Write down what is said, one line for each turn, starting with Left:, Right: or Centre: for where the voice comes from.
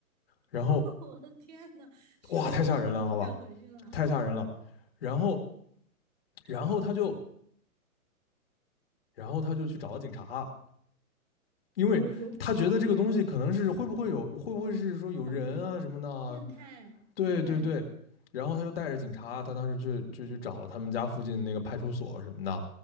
Left: 然后
Right: <laughs> 我的天呐，是我，
Left: 哇，太吓人了，
Right: 我肯定不敢回去了。
Left: 好吧，太吓人了。然后然后他就然后他就去找了警察。因为他觉得这个东西可能是会不会有，
Right: <laughs> 哦，有可能，有可能，有可能，
Left: 会不会是说有人啊什么的啊
Right: 小偷、变态，
Left: 对对对，
Right: 对
Left: 然后他就带着警察，他当时就就去找了他们家附近那个派出所什么的，